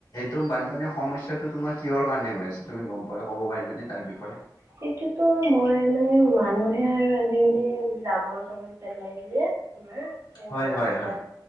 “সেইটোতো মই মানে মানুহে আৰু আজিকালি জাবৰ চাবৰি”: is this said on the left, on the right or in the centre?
Right